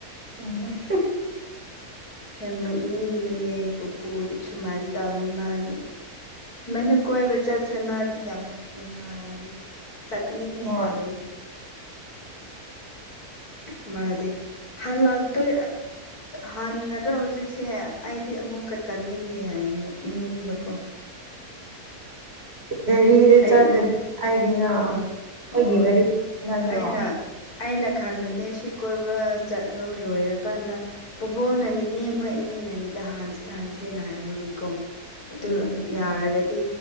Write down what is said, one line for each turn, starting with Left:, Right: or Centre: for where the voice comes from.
Right: ꯍ
Left: ꯌꯥꯝ ꯅꯣꯛꯅꯤꯡꯕꯅꯦ ꯑꯩ ꯄꯨꯄꯨꯗꯤ ꯁꯨꯃꯥꯏꯅ ꯇꯧꯕꯅꯤ ꯃꯥꯗꯤ ꯁꯨꯃꯥꯏꯅ ꯀꯣꯏꯕ ꯆꯠꯄꯁꯦ ꯃꯥꯗꯤ ꯌꯥꯝꯅ ꯅꯨꯡꯉꯥꯏꯕꯅꯤ ꯆꯠꯅꯤꯡꯉꯤ
Right: ꯍꯣꯏ
Left: ꯍꯥꯏꯕꯅꯤ ꯃꯥꯗꯦ ꯍꯜꯂꯥꯛꯇꯣꯏ ꯍꯟꯒꯗ꯭ꯔꯥ ꯍꯧꯖꯤꯛꯁꯦ ꯑꯩꯗꯤ ꯑꯃꯨꯛꯀ ꯆꯠꯅꯤꯡꯉꯦ ꯍꯥꯏꯔꯣ ꯅꯕꯀꯣ
Right: ꯗ
Left: ꯑꯩ
Right: ꯆꯠꯗ ꯑꯩꯗꯤꯅ
Left: ꯍꯣꯏ
Right: ꯑꯩꯒꯤꯒꯥꯔꯤ
Left: ꯍꯣꯏ
Right: ꯅꯠꯇ꯭ꯔꯣ
Left: ꯑꯩꯅ ꯑꯩꯅ ꯈꯟꯕꯗꯤ ꯁꯤ ꯀꯣꯏꯕ ꯆꯠꯂꯨ ꯂꯣꯏꯔꯀꯥꯟꯗ ꯄꯨꯕꯣꯛꯅꯅꯤꯅꯦ ꯃꯣꯏ ꯑꯅꯤ ꯑꯅꯅꯦꯗ ꯍꯥꯟꯁꯤ ꯍꯍꯥꯟꯁꯤꯅ ꯍꯥꯏꯕꯒꯤꯀꯣ ꯑꯗꯨ
Right: ꯎꯝ
Left: ꯌꯥꯔꯒꯗꯤ